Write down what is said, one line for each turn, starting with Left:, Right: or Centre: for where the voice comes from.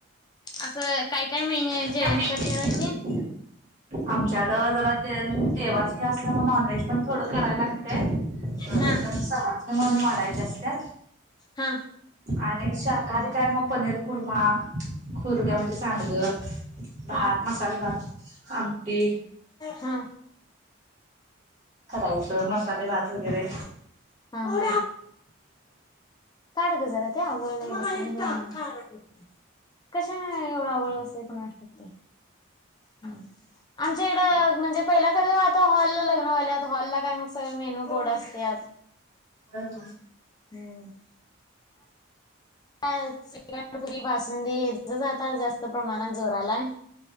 Left: असं काय काय मेन
Right: हा
Left: जेवण करत्यात अशे
Right: आमच्याकडं जरा दे देवाच असल्यामुळे नॉनव्हेज पण थोडं करायला लागतय अ
Left: हा
Right: कारण सवासणी म्हणून वाढायच्या असत्या
Left: हा!
Right: आणि शाकाहारी काय मग पनीर कुरमा खुरड्या म्हणजे सांडगं भात,
Left: हुं
Right: मसाले भात आमटी
Left: हुं!
Right: करायचं मसाले भात वगैरे
Left: हा का रे ज जरा ते आंघोळनही ह कशाने एवढ आवळअसतय कुणास <unintelligible> <inaudible> आमच्या इढ म्हणजे पहिला कर, आता हॉल ला लग्न व्हायल्यात, हॉलला काय मग सगळे मेन्यू गोड असत्यात
Right: होय होय.
Left: हूं! अ श्रीखंड, पुरी, बासुंदी, जातात जास्त प्रमाणात जोरालाय